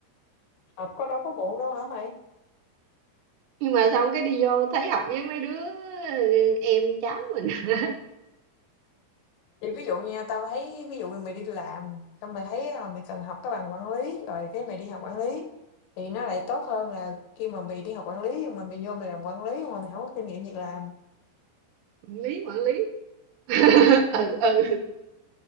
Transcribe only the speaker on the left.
học có đâu có muộn đâu hả mày
thì ví dụ nha tao thấy ví dụ như mày đi làm xong mày thấy à, mày cần học cái bằng quản lý rồi cái mày đi học quản lý thì nó lại tốt hơn là khi mà mày đi học quản lý nhưng mà mày vô mày làm quản lý nhưng mà mày không có kinh nghiệm việc làm